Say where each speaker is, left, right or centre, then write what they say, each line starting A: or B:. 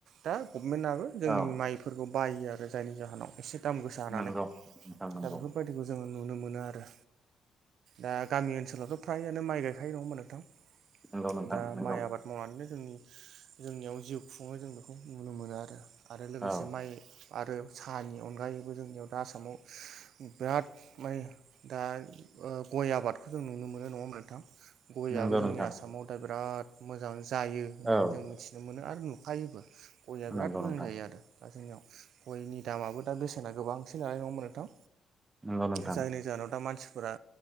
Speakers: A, on the right; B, on the right.
A: दा गभमेन्टआबो जोंनि
B: औ
A: माइफोरखौ बायो आरो जायनि जाहोनाव एसे दाम गोसा होनानानै
B: नंगौ नोंथां नंगौ
A: दा बेफोरबायदिखौ जोङो नुनो मोनो आरो दा गामि ओनसोलावथ' फ्रायानो माइ गायखायो नङा होनबा नोंथां
B: नंगौ नोंथां
A: दा
B: नंगौ
A: माइ आबाद मावनानैनो जोंनि जोंनियाव जिउ खुङो जों बेखौ नुनो मोनो आरो आरो लोगोसे
B: औ
A: माइ आरो साहानि अनगायैबो जोंनियाव दा आसामाव बिराद माने दा ओ गय आबादखौ जों नुनो मोनो नोंथां गयाबो
B: नंगौ
A: जोंनि
B: नोंथां
A: आसाम बिराद मोजां जायो होननानै
B: औ
A: जों मिथिनो मोनो आरो नुखायोबो गया बिराद
B: नंगौ
A: मोजां
B: नोंथां
A: जायो आरो दा जोंनियाव गयनि दामाबो दा बेसेना गोबांसिन नालाय नङा होनबा नोंथां
B: नंगौ नोंथां
A: जायनि जाहोनाव दा मानसिफोरा